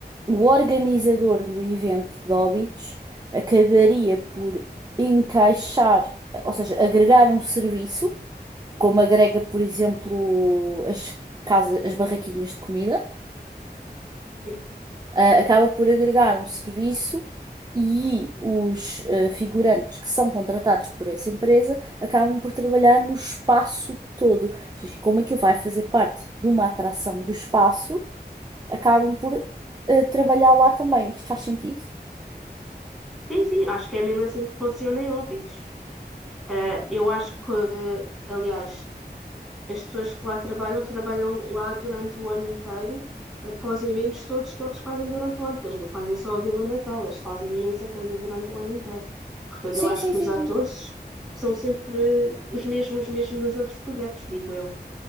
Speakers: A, on the right; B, in the centre.
A: o organizador do evento de óbitos acabaria por encaixar, ou seja, agregar um serviço, como agrega, por exemplo, as casas, as barraquinhas de comida,
B: Sim.
A: ah, acaba por agregar um serviço e os ah, figurantes que são contratados por essa empresa acabam por trabalhar no espaço todo. Ou seja, como aquilo vai fazer parte de uma atração do espaço acabam por eh, trabalhar lá também. Isto faz sentido?
B: Sim, sim, acho que é mesmo assim que funciona em Óbidos. Ah, eu acho que, aliás. As pessoas que lá trabalham, trabalham lá durante o ano inteiro, após eventos todos que eles fazem durante o ano, que eles não fazem só a Vila Natal, eles fazem imensa coisa durante o ano inteiro. Portanto,
A: Sim,
B: eu acho
A: sim,
B: que
A: sim,
B: os atores
A: sim.
B: são sempre os mesmos, mesmo nos outros projetos, digo eu.